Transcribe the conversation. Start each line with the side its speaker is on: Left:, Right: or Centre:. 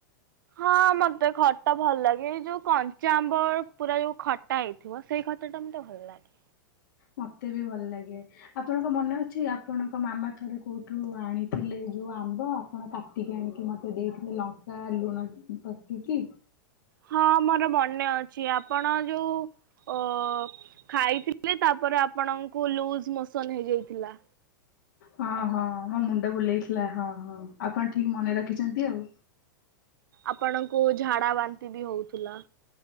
Right: ହଁ ମତେ ଖଟା ଭଲ ଲାଗେ ଏଇ ଯୋଉ କଞ୍ଚା ଆମ୍ବର ପୁରା ଯୋଉ ଖଟା ହେଇଥିବ ସେଇ ଖଟା ଟା ମତେ ଭଲ ଲାଗେ।
Left: ମତେ ବି ଭଲ ଲାଗେ ଆପଣଙ୍କ ମନେ ଅଛି ଆପଣଙ୍କ ମାମା ଥରେ କୋଉଠୁ ଆଣିଥିଲେ ଯୋଉ ଆମ୍ବ ଆପଣ କାଟିକି ଆଣିକି ମତେ ଦେଇଥିଲେ ଲଙ୍କା ଲୁଣ ପକେଇକି।
Right: ହଁ ମୋର ମନେ ଅଛି ଆପଣ ଯୋଉ ଅ ଖାଇଥିଲେ ତାପରେ ଆପଣଙ୍କୁ ଲୁଜ ମୋସନ ହେଇଯାଇଥିଲା।
Left: ହଁ ହଁ ମୋ ମୁଣ୍ଡ ବୁଲେଇଥିଲା ହଁ ହଁ ଆପଣ ଠିକ ମନେ ରଖିଛନ୍ତି ଆଉ।
Right: ଆପଣଙ୍କୁ ଝାଡା ବାନ୍ତି ବି ହଉଥିଲା।